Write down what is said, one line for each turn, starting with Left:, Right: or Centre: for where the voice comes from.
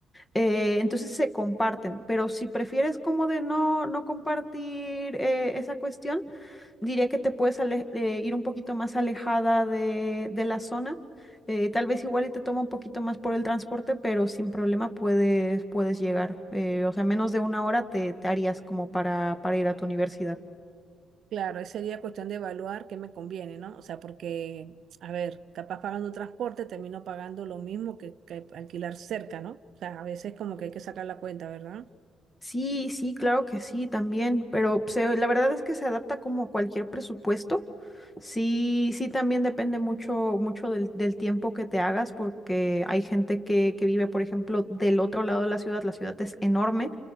Left: Eh, entonces se comparten, pero si prefieres como de no, no compartir eh, esa cuestión, diría que te puedes ale- eh, ir un poquito más alejada de, de la zona. Eh, tal vez igual y te toma un poquito más por el transporte, pero sin problema puedes, puedes llegar. Eh, o sea, menos de una hora te, te harías como para, para ir a tu universidad.
Right: Claro, ahí sería cuestión de evaluar qué me conviene, ¿no? O sea, porque, a ver, capaz pagando transporte termino pagando lo mismo que, que alquilar cerca, ¿no? O sea, a veces como que hay que sacar la cuenta, ¿verdad?
Left: Sí, sí, claro que sí, también, pero se- la verdad es que se adapta como cualquier presupuesto. Sí, sí, también depende mucho, mucho del, del tiempo que te hagas, porque hay gente que, que vive, por ejemplo, del otro lado de la ciudad, la ciudad es enorme,